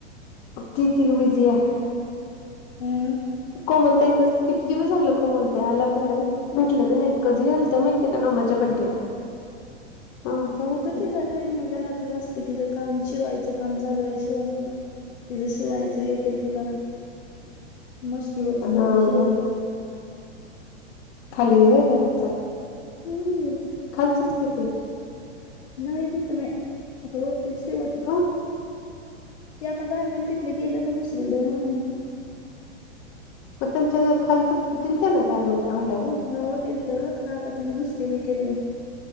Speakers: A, on the left (about 40°); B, on the left (about 70°).
A: त तक बिझी आहे
B: हम्म
A: कोमलतायच किती दिवस झाल कोमलता आलं पण नाही भेटले बी नाहीत कधीेल ते माहितीय का नामाच्या बड्डेला हा तेव्हाच
B: उद
A: की
B: त ला काही नाही घरातच असते तिचं काम शिवायचं काम चालूय अशी म्हंटलं तिज शिवायचं येतय तिला मशनिवरचं
A: हा
B: ति शिवत
A: म्हणून
B: बसत्या
A: खाली देवाय घरातचा
B: हम्म
A: खालचच कि ते
B: नाही तिच नाही आता वरतीच शेवती
A: ह
B: ते आता गारमेंट तिली गेले ना दुसरकून
A: मग त्यांच्या खालच दिलत ना गारमेंटला भाड्याने
B: हो दिल तर खरं आता तिने दुसरीक केलं